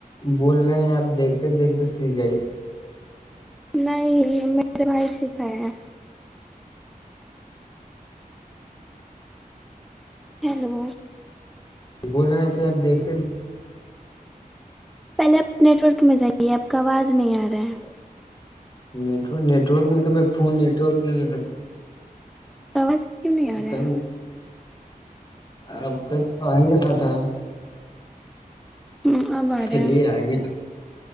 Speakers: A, on the left; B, in the centre.
A: بول رہے ہیں آپ دیکھتے دیکھتے س گئی
B: نہیں میرے بھائی سکھائے ہیں ہیلو
A: بول رہا تو آب دیکھتے
B: پہلے آپ نیٹ ورک میں جائیے آپ کا آواز نہیں آ رہا ہے
A: نیٹک نیٹورک میں تو میں ف نیٹورک نہیں
B: آواز کیوں نہیں
A: پتہ
B: آ رہا
A: آپ کا تو آ ہی رہا تھا
B: ہ اب آ
A: چلیے
B: رہا ہے
A: آگے ررذ